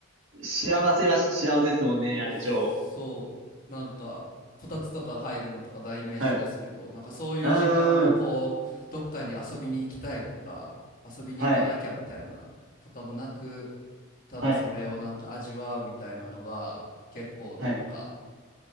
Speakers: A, on the right; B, on the left.
A: 幸せは幸せですもんね、あれ超。
B: そう、なんか、こたつとか入るのとか代名詞ですけど、
A: はい。
B: なんかそういう時間をこう、
A: うーん、
B: どっかに遊びに行きたいとか、遊びに行かなきゃみたいなとかもなく、
A: はい、
B: ただそれをなんか味わうみたいなのが、
A: はい、
B: 結構なんか、
A: はい。